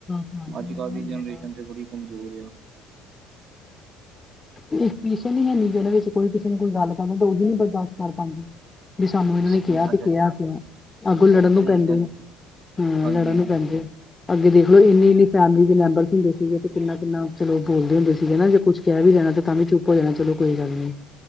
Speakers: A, on the left; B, on the right.
A: ਖਾਣ ਪੀਣ
B: ਅੱਜ ਕੱਲ੍ਹ
A: ਦਾ ਹੁਣ
B: ਦੀ ਜਨਰੇਸ਼ਨ
A: ਹੈਗਾ
B: ਤੇ ਬੜੀ ਕਮਜ਼ੋਰ ਏ ਹੁਣ।
A: ਪੇਸ਼ੇਨਸ ਈ ਹੈ ਨੀ ਜਰਾ ਵਿੱਚ ਕੋਈ ਕਿਸੀ ਨੇ ਗੱਲ ਕਰਨੀ ਤਾਂ ਉਹੀ ਨੀ ਬਰਦਾਸ਼ ਕਾਰ ਪਾ ਬਈ ਸਾਨੂੰ ਇਹਨਾਂ ਨੇ
B: ਸਹੀ
A: ਕਿਹਾ
B: ਗੱਲ
A: ਤੇ
B: ਹੈ,
A: ਕਿਹਾ ਕਿਉਂ ਅੱਗੋਂ ਲੜਨ ਨੂੰ
B: ਸਹੀ
A: ਪੈਂਦੇ
B: ਗੱਲ
A: ਆ। ਹਾਂ
B: ਹਾਂਜੀ
A: ਲੜਨ
B: ਹਾਂਜੀ
A: ਨੂੰ ਪੈਂਦੇ ਆ। ਅੱਗੇ ਦੇਖ ਲਓ ਇੰਨੀ ਇੰਨੀ ਫੈਮਿਲੀ ਦੇ ਮੈਂਬਰਸ ਹੁੰਦੇ ਸੀਗੇ ਤੇ ਕਿੰਨਾ ਕਿੰਨਾ ਚਲੋ ਬੋਲਦੇ ਹੁੰਦੇ ਸੀਗੇ ਨਾ ਜੇ ਕੁਛ ਕਹਿ ਵੀ ਦੇਣਾ ਤੇ ਤਾਂ ਵੀ ਚੁੱਪ ਹੋ ਜਾਣਾ ਚਲੋ ਕੋਈ ਗੱਲ ਨੀ।